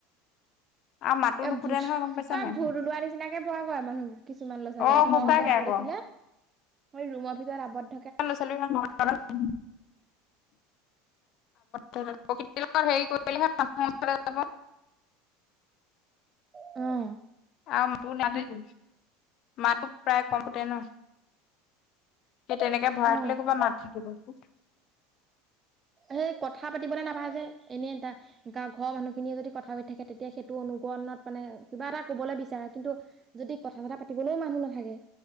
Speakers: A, on the left (about 55°); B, on the right (about 30°).
A: আৰু মাতো
B: এ
A: নুফুতে
B: ভূত
A: নহয় গম পাইছা
B: অ,
A: নাই
B: ভূত ওলোৱা নিচিনাকে বয় কৰে মানুহ কিছুমান ল'ৰা ছোৱালীয়ে
A: অ
B: এ
A: সঁচাকে
B: শকে মানুহ
A: আকৌ
B: দেখিলে। মই ৰুমৰ ভিতৰত আৱত
A: ল চলি <unintelligible> কৰি <unintelligible>
B: অ',
A: আৰু তোৰ নাথাক মাতটো প্ৰায় কমতে ন <unintelligible> তেনেকে ভৰাই
B: অ
A: থলে কৰবাতুাকিব <unintelligible>
B: সেই কথা পাতিবলৈ নাপায় যে এনেই এটা গা ঘৰৰ মানুহখিনিয়ে যদি কথা পাতি থাকে তেতিয়া সেইটো অনু ণত মানে কিবা এটা কবলৈ বিচাৰে কিন্তু যদি কথা বটা পাতিবলৈও মানুহ নাথাকে।